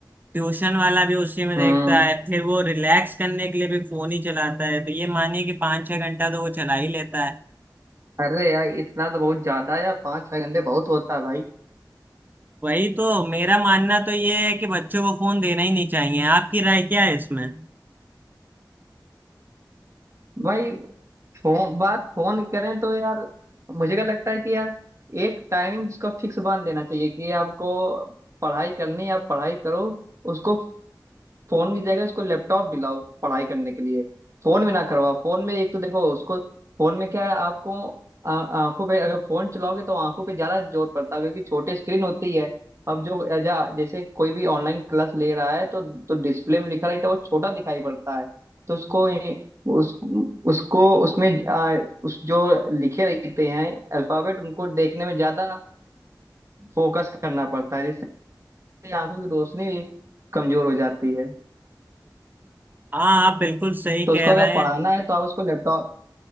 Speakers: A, on the right; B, on the right.
A: ट्यूशन वाला भी उसी में
B: हम्म
A: देखता है फिर वो रिलैक्स करने के लिए भी फोन ही चलाता है तो ये मानिए कि पाँच छह घंटा तो वो चला ही लेता है
B: अरे यार इतना तो बहुत ज्यादा है यार पाँच छह घंटे बहुत होता है भाई
A: वही तो मेरा मानना तो ये है कि बच्चों को फोन देना ही नहीं चाहिए आपकी राय क्या है इसमें
B: भाई फोन बात फोन करें तो यार मुझे क्या लगता है कि यार एक टाइमिंग जिसका फिक्स बांध देना चाहिए कि आपको पढ़ाई करनी है आप पढ़ाई करो उसको फोन की जगह उसको लैपटॉप दिलाओ पढ़ाई करने के लिए फोन में ना करवाओ फोन में एक तो देखो उसको फोन में क्या है आपको आ- आंखों पे अगर फोन चलाओगे तो आंखों पे ज्यादा जोर पड़ता है क्योंकि छोटी स्क्रीन होती है अब जो जा- जैसे कोई भी ऑनलाइन क्लास ले रहा है तो तो डिस्प्ले में लिखा रहता है वो छोटा दिखाई पड़ता है तो उसको ये- उस उसको उसमें आ, उस जो लिखे रहते हैं अल्फाबेट उनको देखने में ज्यादा फोकस करना पड़ता है जिससे आंखों की रोशनी भी कमजोर हो जाती है
A: हाँ आप बिल्कुल सही
B: तो
A: कह
B: उसको अगर
A: रहे
B: पढ़ाना
A: हैं
B: है तो आप उसको लैपटॉप